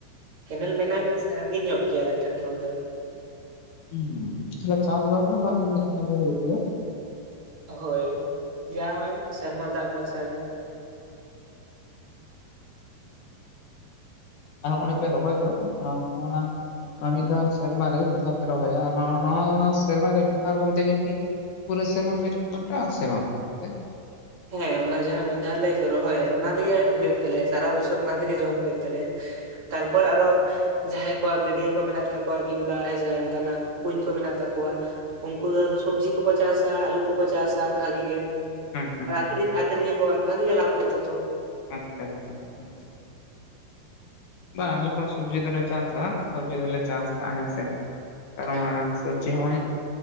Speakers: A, on the right (about 35°); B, on the left (about 60°).
A: ᱠᱮᱱᱮᱞ ᱢᱮᱱᱟᱜ ᱜᱮ ᱥᱮᱺᱜᱤ ᱧᱚᱜ ᱜᱮᱭᱟ ᱟᱞᱮ ᱴᱷᱮᱱ ᱠᱷᱚᱱ ᱫᱚ ᱾
B: ᱦᱩᱸ, ᱛᱟᱦᱚᱞᱮ ᱪᱟᱥ ᱵᱟᱥ ᱫᱚ ᱵᱟᱝ ᱢᱤᱫ ᱫᱷᱟᱹᱣ ᱫᱚ ᱦᱩᱭᱩᱜ ᱜᱮᱭᱟ ᱾
A: ᱦᱳᱭ, ᱮᱭᱟ ᱚᱭ ᱥᱮᱨᱢᱟ ᱫᱟᱜ ᱵᱷᱚᱨᱥᱟ ᱨᱮ ᱾
B: ᱟᱨ ᱦᱚᱸᱜᱰᱮ ᱯᱮ ᱨᱚᱦᱚᱭ ᱫᱚ ᱱᱚᱜᱼ ᱱᱟ ᱢᱤᱫ ᱫᱷᱟᱹᱣ ᱥᱮᱨᱢᱟ ᱨᱮ ᱢᱤᱫ ᱫᱷᱟᱹᱣ ᱨᱚᱦᱚᱭᱼᱟ ᱱᱚᱣᱟ ᱱᱚᱣᱟ ᱥᱮᱨᱢᱟ ᱨᱮ ᱢᱤᱫ ᱫᱷᱟᱹᱣ ᱨᱚᱦᱚᱭ ᱛᱮᱜᱮ ᱠᱤ ᱯᱩᱨᱟᱹ ᱥᱮᱢᱟ ᱯᱮ ᱡᱚᱱᱴᱟ ᱥᱮ ᱵᱟᱝ? ᱦᱩᱸ
A: ᱦᱮᱸ, ᱚᱱᱟ ᱡᱟᱦᱟᱸ ᱢᱤᱫ ᱫᱷᱟᱹᱣ ᱞᱮ ᱨᱚᱦᱚᱭᱟ ᱚᱱᱟ ᱛᱮᱜᱮ ᱦᱩᱭᱩᱜ ᱛᱟᱞᱮᱭᱟ ᱥᱟᱨᱟ ᱵᱚᱪᱷᱚᱨ ᱚᱱᱟ ᱛᱮᱜᱮ ᱡᱚᱢ ᱦᱩᱭᱩᱜ ᱛᱟᱞᱮᱭᱟ ᱾ <inaudible> ᱛᱟᱨᱯᱚᱨ ᱟᱨᱚ ᱡᱟᱦᱟᱸᱭ ᱠᱚᱣᱟᱜ ᱜᱟᱹᱰᱭᱟᱹ ᱠᱚ ᱢᱮᱱᱟᱜ ᱛᱟᱠᱚᱣᱟ, ᱠᱤᱢᱵᱟ ᱦᱳᱭ ᱥᱮ ᱚᱱᱠᱟ ᱱᱟᱜ ᱠᱩᱧ ᱠᱚ ᱢᱮᱱᱟᱜ ᱛᱟᱠᱚᱣᱟ, ᱠᱚᱣᱟ, ᱩᱱᱠᱩ ᱫᱚ ᱥᱚᱵᱡᱤ ᱠᱚᱠᱚ ᱪᱟᱥᱟ ᱟᱞᱩ ᱠᱚᱠᱚ ᱪᱟᱥᱟ ᱵᱷᱟᱜᱤ ᱜᱮ᱾
B: ᱦᱮᱸ ᱦᱮᱸ ᱾
A: ᱠᱤᱨᱤᱧᱤᱭᱟᱹ ᱟᱠᱷᱨᱤᱧ ᱟᱨ ᱵᱷᱟᱹᱜᱤ ᱜᱮ ᱞᱟᱵᱷ ᱦᱩᱭᱩᱜ ᱛᱟᱠᱚᱣᱟ ᱾
B: ᱟᱪᱪᱷᱟ ᱟᱪᱪᱷᱟ ᱟᱪᱷᱟᱪᱷᱟ ᱾ ᱵᱟᱝ ᱟᱞᱮ ᱥᱚᱵᱡᱤ ᱫᱚᱞᱮ ᱪᱟᱥᱟ, ᱥᱚᱵᱡᱤ ᱫᱚᱞᱮ ᱪᱟᱥ ᱛᱟᱦᱮᱸ ᱥᱮ ᱠᱟᱨᱚᱱ
A: ᱦᱮᱸ
B: ᱠᱚ ᱪᱮ ᱦᱚᱭ